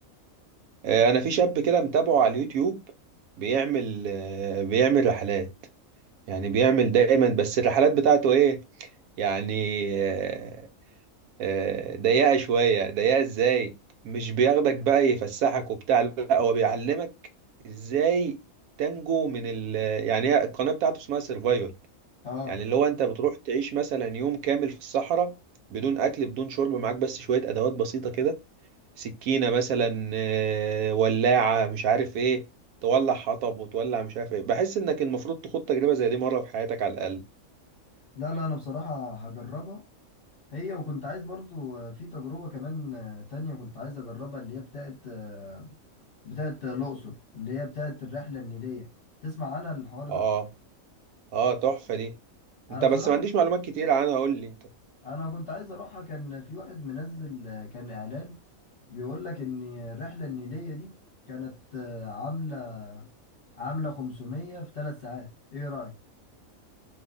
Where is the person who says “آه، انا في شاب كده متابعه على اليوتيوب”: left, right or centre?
Right